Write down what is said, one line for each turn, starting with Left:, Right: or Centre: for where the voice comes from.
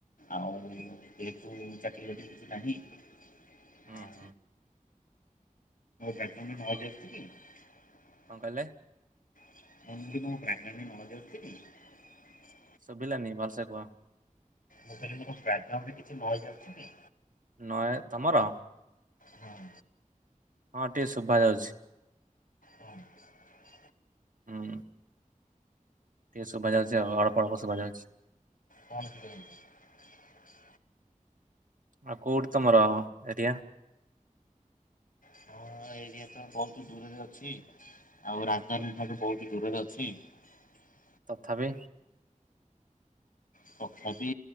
Left: ଆଉ' ଯେହେତୁ ଚାକିରି, ବାକିରି କିଛି ନାହିଁ ହ।
Right: ହୁଁ ହୁଁ
Left: ବଟମେଟ
Right: ହଁ
Left: ହଜିଯାଇଛି କି? <unintelligible>
Right: କଣ କହିଲେ?
Left: <unintelligible>
Right: ଶୁଭିଲାନି ଭଲସେ କୁହ।
Left: ମୁଁ କହିଲି କି ବ୍ୟାକଗ୍ରାଉଣ୍ଡରେ କିଛି ନଏଜ ଆସୁଛି କି?
Right: ନଏ ତମର?
Left: ହଁ।
Right: ହଁ ଟିକେ ଶୁଭା ଯାଉଛି।
Left: ହ <unintelligible>
Right: ହୁଁ। ଟକେ ଶୁଭା ଯାଉଚି ଅଳପ ଅଳପ ଶୁଭା ଜାଉଛି।
Left: କଣ ଶୁଭା ଯାଉଛି।
Right: ଆ କୋଉଠି ତମର ଏରିଆ।
Left: ହଁ ଏରିଆ ତ ବହୁତ ଦୂରରେ ଅଛି ଆଉ ରାଜଧାନୀ
Right: ତ-
Left: ଠାରୁୁ ବହୁତ ଦୂରରେ ଅଛି। ହ
Right: ତଥାପି।
Left: ତଥାପି